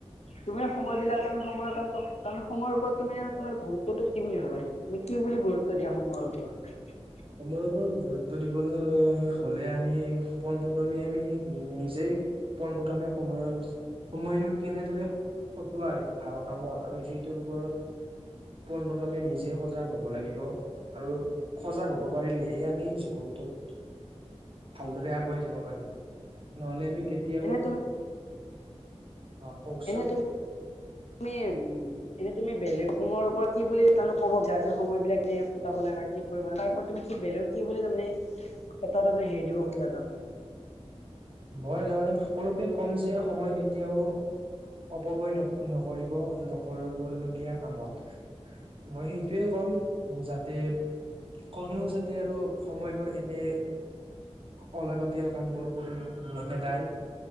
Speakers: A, on the left; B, on the right.
A: তুমি সময় বিলাক তাৰমানে সময়ৰ কামটো তাৰ সময়ৰ ওপৰত তুমি তোমাৰ গুৰুত্বো কি বুলি ভাবা তুমি তুমি কি বুলি গুৰুত্ব দিয়া সময় ওপৰত-
B: সময়ৰ ওপৰত গুৰুত্ব দিবলৈ হলে আমি পোন প্ৰথমে আমি নিজেই পোন প্ৰথমে সময় সময়নো কেনেদৰে কটোৱাই ভাল কামত আমি সেইটোৰ ওপৰত পোন প্ৰথমে নিজে সজাগ হ'ব লাগিব আৰু সজাগ হ'ব হব পাৰিলেহে আমি জীৱনটোত ভালদৰে আগুৱাই যাব পাৰিম নহলে আমি কেতিয়াও
A: এনে তুমি
B: অ কওকচোন
A: এনে তুমি তুমি এনেই তুমি বেলেগ সময়ৰ ওপৰত কি বুলি তাৰে ক'ব বিচাৰা যে সময় বিলাক এনে কটাবলৈ কৰিব তাৰ তুমি কি বেলেগ কি ব বুলি তাৰমানে কটা হেৰি দিব খোজা তাৰমানে
B: মই তাৰমাননে সকলোকে কম যে সময় কেতিয়াও- অপব্যয় নকৰো নকবলগীয়া কামত মই সেইটোয়ে কম যাতে কোনেও যাতে আৰু সময়বোৰ এনে অলাগতিয়াল কাম বোৰ কৰি নেখেদাই